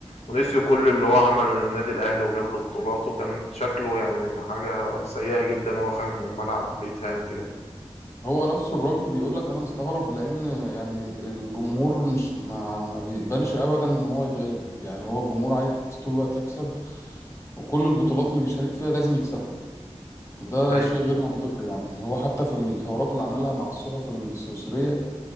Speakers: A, on the left (about 85°); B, on the left (about 25°).
A: ونسيوا كل اللي هو عمله للنادي الأهلي وجاب له بطولات، وكان شكله يعني حاجة سيئة جدًا وهو خارج من الملعب بيتهان كده يعني.
B: هو نفسه الراجل بيقول لك انا مستغرب لان يعني الجمهور مش ما, ما بيقبلش ابدا ان هو يتغلب يعني هو الجمهور عايز طول الوقت يكسب وكل البطولات اللي بيشارك فيها لازم يكسبها وده
A: أيوه،
B: شيء غير منطقي يعني هو حتى في الحوارات اللي عملها مع الصحف السويسرية